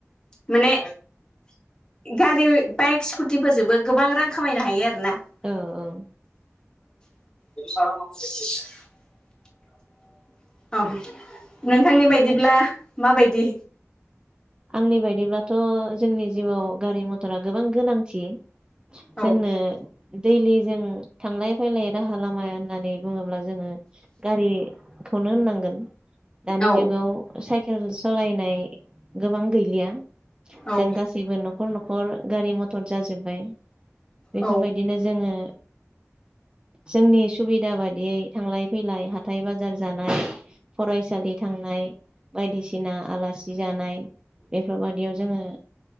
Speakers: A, on the left (about 15°); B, on the right (about 20°).
A: माने गारि बाइक स्कुटिफोरजोंबो गोबां रां खामायनो हायो आरोना <unintelligible>
B: औ औ
A: ओम नोंथांनि बायदिब्ला माबायदि?
B: आंनि बायदिब्लाथ जोंनि जिउआव गारि मथरा गोबां गोनांथि।
A: औ
B: जोंनो दैलि जों थांलाय फैलाय राहा लाम माया होननानै बुङोब्ला जोङो गारि खौनो होननांगोन दानि
A: औ
B: जुगाव साइखे खेल सालायनाय गोबां गैलिया।
A: औ
B: जों गासैबो नखर नखर गारि मथ टर जाजोबबाय। बेफोरबायदिनो
A: औ
B: जोङो जोंनि सुबिदा बायदियै थांलाय फैलाय हाथाय बाजार जानाय फरायसालि थांनाय बायदिसिना आलासि जानाय। बादियाव जोङो